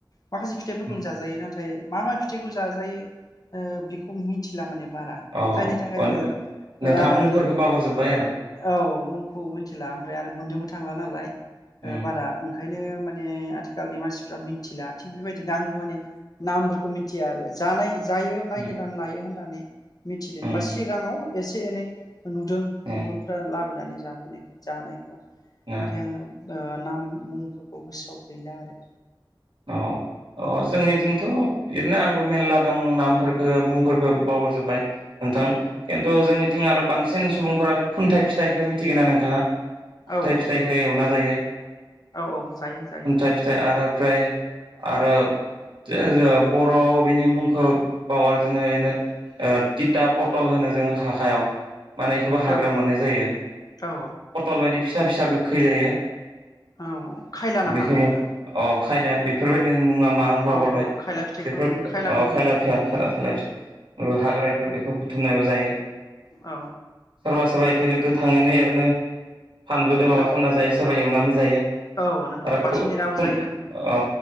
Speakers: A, on the left; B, on the right.
A: <inaudible> माखासे फिथाइफोरखौनो
B: उम
A: जाजायो नाथाय मा मा फिथाइ खौ जाजायो बेखौ मिथिला माने बारा,
B: अ
A: जायनि थाखाय
B: अ
A: ओ
B: नोंथाङा
A: ओ आरो
B: मुंफोरखौ बावगारजोब्बाय आरो
A: औ मुंखौ मिथिला ओमफ्राय आरो मोन्नोबो थांला नालाय ओ
B: उम
A: बारा ओंखायनो माने आथिखालनि मानसिफ्रा मिथिला थिग बेबायदिनो आंबो माने नामफोर मिथिया आरो जानाय जायो नायगिरनानै
B: उम
A: लाइयो होनना माने मिथिदों
B: उम
A: बा सिगाङाव एसे एनै नुदों
B: उम
A: गुबुनफ्रा लाबोनानै जाफैनायखौ जानायखौ।
B: उम
A: नाथाय आङो ओ नाम मुंफोरखौ गोसोआव गैला आरो
B: औ औ जोंनिथिंथ' बिदिनो आंबो मेरला दं नामफोरखौ मुंफोरखौ बावहरजोबबाय नोंथां
A: औ
B: खिन्थु जोंनि थिं आरो बांसिन सुबुंफोरा खुन्थाइ फिथाइखौ मिथिगोना नोंथाङा, खुन्थाइ
A: औ
B: फिथाइखौ
A: नंगौ
B: एवना जायो,
A: औ औ जायो जायो
B: खुन्थाइ फिथाइ आरो ओमफ्राय आरो जे बर' बिनि मुंखौ खौ बावगारो जों ओरैनो ओ तिथा पटल होनो जोङो हाखायाव माने बेखौबो हाग्रा
A: औ
B: मोननाय जायो
A: औ
B: पटल बायदि फिसा फिसा गोखै जायो
A: औ खायला नामा
B: बेखौनो
A: नोंथां
B: अ खायना बे बेफोरबायदिनो मुङा मा आं बावगारबाय
A: औ औ खायला फिथाइखौ
B: बेफोर ओ
A: खायलाखौनो होनो
B: खायला
A: बेखौ
B: फिया खायला फि ओ हाग्रानिफ्राय
A: औ
B: बेखौ बुथुमनाय जायो।
A: औ
B: सोरबा सोरबा जेरै गोथाङैनो एरैनो फानलुदों माबा
A: औ
B: खामना जायो सोरबा एवनानै जायो
A: औ नंगौ
B: आरो
A: बाथोन
B: खु
A: देनाबो
B: खुन
A: जायो
B: ओ